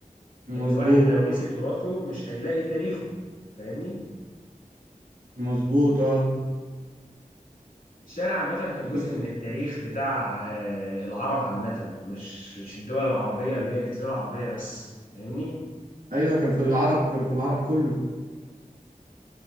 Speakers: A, on the right; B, on the left.
A: مظبوط
B: ان الواحد لو آه. نسي تراثه مش هيلاقي تاريخه فاهمني
A: مظبوط اه
B: الشارع عامة كان جزء
A: في
B: من التاريخ بتاع آه، العرب عامة مش مش الدول العربية اللي هي الجزيرة العربية بس فاهمني؟
A: ايوه كان في العرب كان في العرب كله